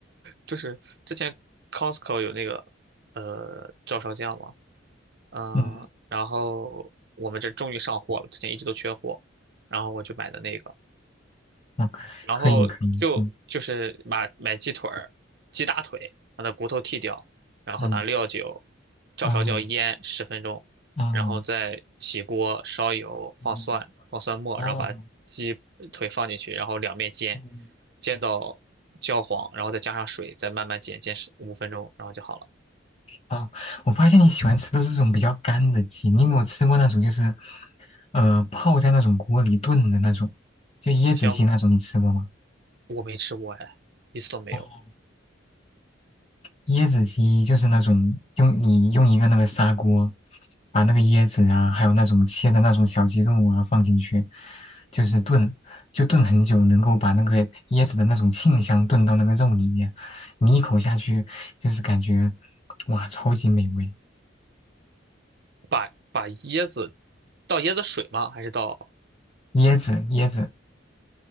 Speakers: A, on the right; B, on the left.
A: 就是之前 Costco 有那个呃照烧酱嘛，嗯、
B: 嗯
A: 然后我们这终于上货了，之前一直都缺货，然后我就买的那个。
B: 嗯，
A: 然后就就是买买鸡腿儿、
B: 可以可以，嗯
A: 鸡大腿，把它骨头剔掉，然后拿料酒
B: 嗯
A: 照烧椒腌十分钟，
B: 哦哦
A: 然后再起锅烧油，
B: 哦
A: 放蒜、放蒜末，
B: 哦
A: 然后把鸡腿放进去，然后两面煎，
B: 嗯
A: 煎到焦黄，然后再加上水，再慢慢煎，煎十五分钟，然后就好了。
B: 哦，我发现你喜欢吃都是这种比较干的鸡，你有没有吃过那种就是呃泡在那种锅里炖的那种，就椰子鸡那种，
A: 香菇
B: 你吃过吗？
A: 我没吃过哎，一次都没有。
B: 哦椰子鸡就是那种用你用一个那个砂锅，把那个椰子啊，还有那种切的那种小鸡肉啊放进去，就是炖，就炖很久，能够把那个椰子的那种沁香炖到那个肉里面，你一口下去就是感觉哇，超级美味。
A: 把把椰子倒椰子水吗？还是倒？
B: 椰子，椰子，